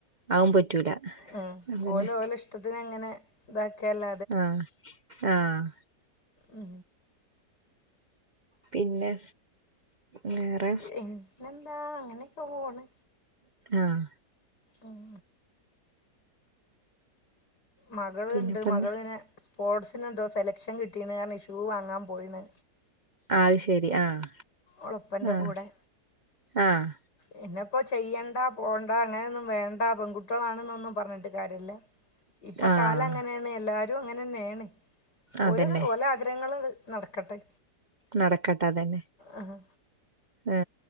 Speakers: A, on the right (about 60°); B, on the left (about 70°).
A: അതും പറ്റൂല
B: ഉം
A: അതന്നെ
B: ഓല് ഓലാ ഇഷ്ടത്തിന് അങ്ങനെ ഇതക്കല്ല
A: ആഹ് ആഹ്
B: ഉം
A: പിന്നെ വേറെ
B: പിന്നെന്താ അങ്ങനെക്കെ പോണ്
A: ആഹ്
B: ഉം മകൾ
A: പിന്നെപ്പെന്താ
B: ഇണ്ട് മകൾ ഇങ്ങനെ സ്പോർട്സിന് എന്തോ സെലക്ഷൻ കിട്ടിണ് കാരണം ഷൂ വാങ്ങാൻ പോയിണ്
A: അത്ശരി ആഹ്
B: ഓളപ്പൻ്റെ
A: ആഹ്
B: കൂടെ
A: ആഹ്
B: പിന്നെപ്പോ ചെയ്യണ്ട പോണ്ട അങ്ങനെയൊന്നും വേണ്ട പെൺകുട്ടികളാണെന്നൊന്നും പറഞ്ഞിട്ട് കാര്യവില്ല ഇപ്പൊ
A: ആഹ്
B: കാലം അങ്ങനെയാണ് എല്ലാരും അങ്ങനെന്നെണ്
A: അതന്നെ
B: ഓല് ഓലാ ആ ഗ്രഹങ്ങൾ അത് നടക്കട്ടെ
A: നടക്കട്ടെ അതന്നെ
B: ആഹ്
A: യെ